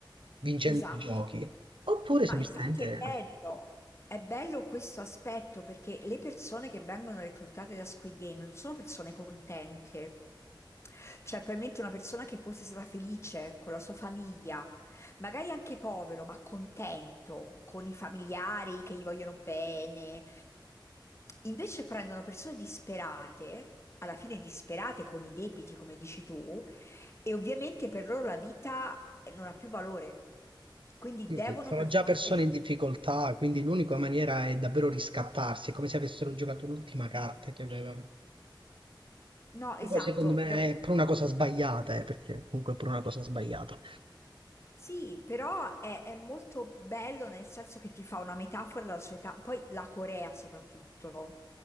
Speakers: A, on the right; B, on the left.
A: vincendo
B: esatto.
A: i giochi. Oppure semplicemente
B: Ma infatti è bello, è bello questo aspetto perché le persone che vengono reclutate da Squid Game non sono persone contente. Cioè, probabilmente una persona che fosse stata felice con la sua famiglia, magari anche povero, ma contento con i familiari che gli vogliono bene. Invece prendono persone disperate, alla fine disperate con i debiti, come dici tu, e ovviamente per loro la vita eh, non ha più valore, quindi
A: sì,
B: devono
A: sì, sono
B: per
A: già
B: forza...
A: persone in difficoltà, quindi l'unica maniera è davvero riscattarsi, è come se avessero giocato l'ultima carta che avevano.
B: No, esatto,
A: E poi secondo me
B: devo...
A: è per una cosa sbagliata, eh, perché comunque è per una cosa sbagliata.
B: Sì, però è, è molto bello nel senso che ti fa una metafora della società, poi la Corea soprattutto,